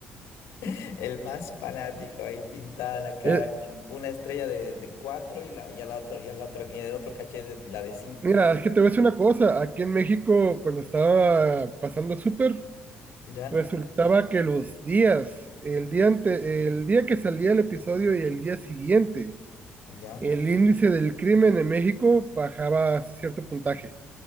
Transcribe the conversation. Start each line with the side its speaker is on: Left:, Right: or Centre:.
Left: <laughs> El más fanático ahí pintada la cara
Right: Eh,
Left: con una estrella de, de cuatro y la, y a la otra, y a la otra, y en el otro cachete la de cinco.
Right: mira, es que te voy a decir una cosa, aquí en México, cuando estaba pasando el súper,
Left: ¿Ya?
Right: Resultaba que los días, el día ante- el día que salía el episodio y el día siguiente,
Left: ¿Ya?
Right: el índice del crimen en México bajaba a cierto puntaje.